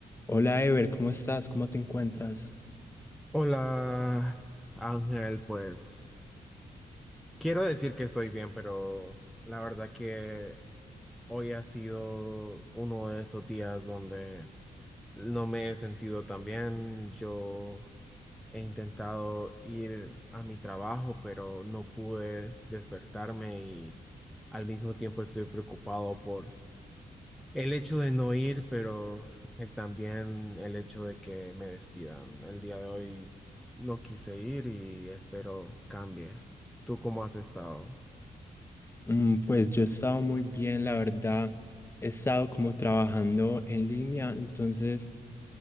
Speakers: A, on the left; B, in the centre.
A: Hola Ever, ¿cómo estás? ¿Cómo te encuentras?
B: Hola, Ángel, pues quiero decir que estoy bien, pero la verdad que hoy ha sido uno de esos días donde no me he sentido tan bien. Yo he intentado ir a mi trabajo, pero no pude despertarme y al mismo tiempo estoy preocupado por El hecho de no ir, pero el- también el hecho de que me despidan. El día de hoy no quise ir y espero cambie. ¿Tú cómo has estado?
A: Mm, pues yo he estado muy bien, la verdad. He estado como trabajando en línea, entonces